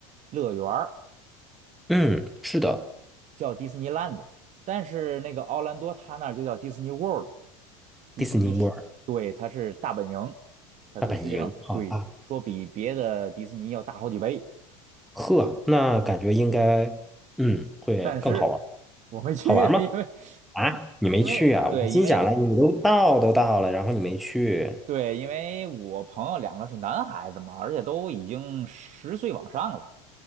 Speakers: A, on the right; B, in the centre.
A: 乐园儿，
B: 嗯，是的，
A: 叫迪士尼 l a n d 但是那个奥兰多他那儿就叫迪士尼 World，迪士尼是，
B: 迪士尼 World
A: 对，它是大本营，它是世界上，
B: 大本营，好啊，
A: 对，说比别的迪士尼要大好几倍，
B: 呵，那感觉应该嗯会更好玩，
A: 但是我没去，
B: 好玩吗？
A: <laughs> 因为
B: 啊，你没去啊？
A: 因为对，
B: 我心想了，
A: 因为
B: 你都到都到了，然后你没去。
A: 对，因为我朋友两个是男孩子嘛，而且都已经十岁往上了。